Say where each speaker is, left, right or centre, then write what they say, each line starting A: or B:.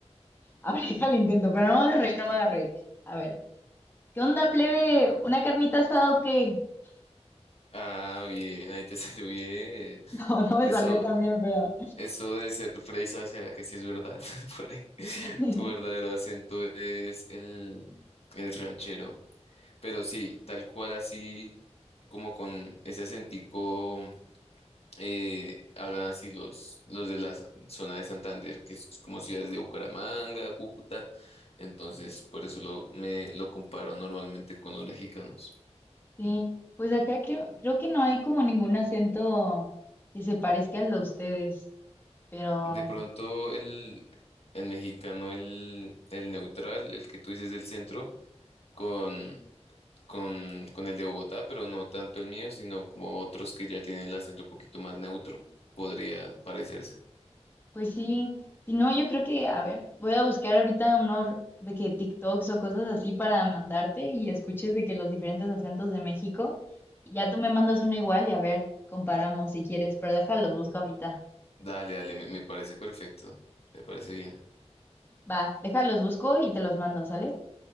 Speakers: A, on the left; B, on the left.
A: <laughs> Aplica el intento, pero no me hagas reír, no me hagas reír. A ver, ¿qué onda, plebe? ¿Una carnita asada o qué? <laughs>
B: Ah, bien, ahí te <laughs> salió bien.
A: No, no me
B: Eso,
A: salió tan bien, pero
B: eso de ser fresa, ¿será que sí es verdad? <laughs> Por ahí.
A: <laughs>
B: Tu verdadero acento es el, el ranchero. Pero sí, tal cual así, como con ese acentico, eh, hablan así los, los de la s- zona de Santander, que es como ciudades de Bucaramanga, Cúcuta. Entonces, por eso lo, me lo comparo normalmente con los mexicanos.
A: sí. Pues acá creo, creo que no hay como ningún acento que se parezca al de ustedes, pero
B: De pronto, el, el mexicano, el, el neutral, el que tú dices del centro, con, con, con el de Bogotá, pero no tanto el mío, sino como otros que ya tienen el acento un poquito más neutro, podría parecerse.
A: pues sí. Si no, yo creo que, a ver, voy a buscar ahorita unos de que TikToks o cosas así para mandarte y escuches de que los diferentes acentos de México y ya tú me mandas uno igual y a ver, comparamos si quieres, pero déjalos, busco ahorita.
B: Dale, dale, me, me parece perfecto. Me parece bien.
A: Va, déjalos busco y te los mando, ¿sale?